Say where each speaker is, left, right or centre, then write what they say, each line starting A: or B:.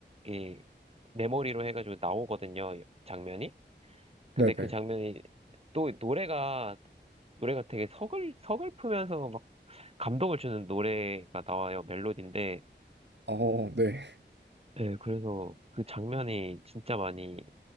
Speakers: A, on the right; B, on the right.
A: 이 메모리로 해가지고 나오거든요 장면이. 근데
B: 네네.
A: 그 장면이 또 노래가 노래가 되게 서글 서글프면서 막 감동을 주는 노래가 나와요, 멜로디인데.
B: 어, 네.
A: 예, 그래서 그 장면이 진짜 많이